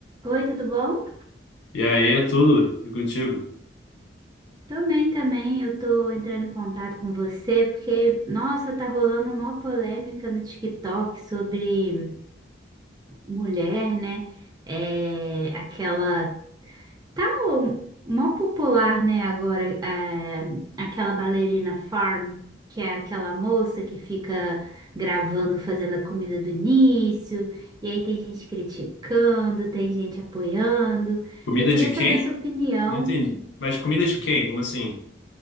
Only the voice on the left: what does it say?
E aí é tudo. E contigo?
Comida
de
quem?
Não entendi. Mas comida de quem? Como assim?